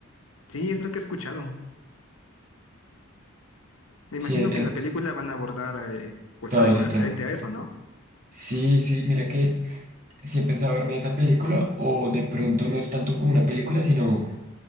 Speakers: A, on the left (about 75°); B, on the right (about 40°).
A: Sí, es lo que he escuchado. Me
B: Sí,
A: imagino
B: eh,
A: que en la película
B: eh,
A: van a abordar eh, pues
B: todo
A: algo
B: ese
A: referente
B: tema.
A: a eso, ¿no?
B: Sí, sí, mira que sí he pensado verme esa película o de pronto no es tanto como una película, sino